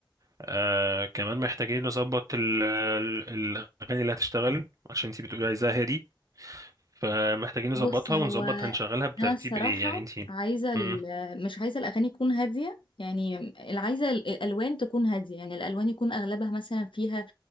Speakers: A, on the right (about 45°); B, on the left (about 80°).
A: آه كمان محتاجين نظبط ال... ال... الأغاني اللي هتشتغل عشان انت بتقولي عايزاها هادي فمحتاجين نظبطها
B: بص هو
A: ونظبط هنشغلها بترتيب
B: انا الصراحه
A: ايه يعني انت
B: عايزه ال-
A: مم.
B: مش عايزه الاغاني تكون هاديه يعني اللي عايزه ال- الالوان تكون هاديه يعني الالوان يكون اغلبها مثلا فيها